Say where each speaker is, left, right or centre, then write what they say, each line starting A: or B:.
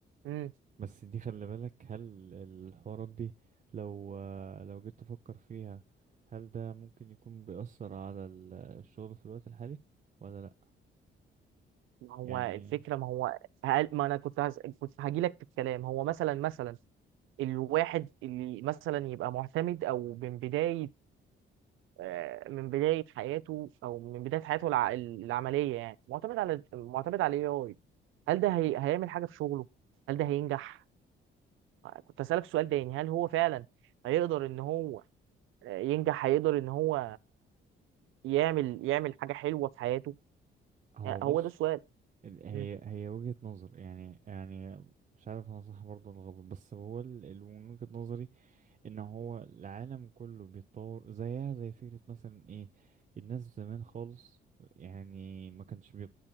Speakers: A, on the right; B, on the right.
A: امم
B: بس دي خلي بالك هل الحوارات دي لو لو جيت تفكر فيها هل ده ممكن يكون بيأثر على ال- الشغل في الوقت الحالي ولا لأ
A: ما هو
B: يعني
A: الفكره ما هو هل... ما انا كنت هز... كنت هاجي لك في الكلام هو مثلا مثلا الواحد اللي مثلا يبقى معتمد او من بدايه آه، من بدايه حياته او من بدايه حياته الع... العمليه يعني معتمد على معتمد على الاي اي هل ده هي... هيعمل حاجه في شغله هل ده هينجح كنت اسالك سؤال تاني هل هو فعلا هيقدر ان هو ينجح هيقدر ان هو يعمل يعمل حاجه حلوه في حياته
B: هو
A: آه،
B: بص
A: هو ده السؤال
B: ال- هي
A: مم.
B: هي وجهة نظر يعني يعني مش عارف انا صح برضه ولا غلط بس هو ال- ال- من وجهة نظري ان هو العالم كله بيتطور زيها زي فكرة مثلا ايه الناس زمان خالص يعني ما كانش بي...